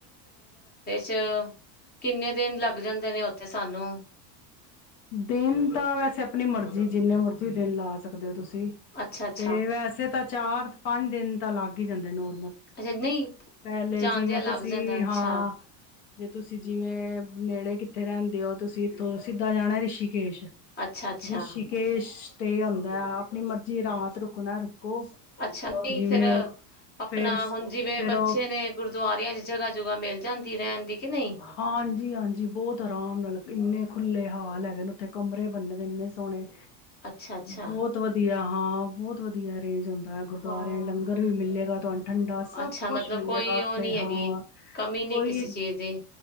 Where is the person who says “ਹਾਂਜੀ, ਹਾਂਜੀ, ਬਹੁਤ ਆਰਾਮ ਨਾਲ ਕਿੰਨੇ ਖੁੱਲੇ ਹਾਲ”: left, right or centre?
Left